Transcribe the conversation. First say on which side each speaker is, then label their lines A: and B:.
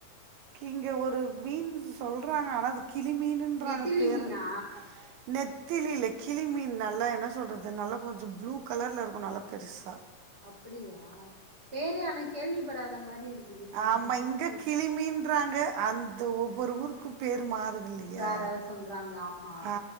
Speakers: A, on the right; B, on the right.
A: கிங்க ஒரு மீன் சொல்றாங்க ஆனா அது கிளி மீனு ன்றாங்க
B: நெத்திலி
A: பேரு
B: மீனா
A: நெத்திலில்ல கிளி மீன் நல்லா என்ன சொல்றது நல்லா கொஞ்ச ப்ளூ கலர்ல இருக்கு நல்லா பெருசா
B: அப்டியா பேரே ஆனா கேள்வி படாத மாரிருக்
A: ஆமா இங்க கிளிமீன்றாங்க அந்த ஒவ்வொரு ஊருக்கு பேரு மாறுது இல்லியா
B: வேற சொல்றாங்க ஆமா
A: அ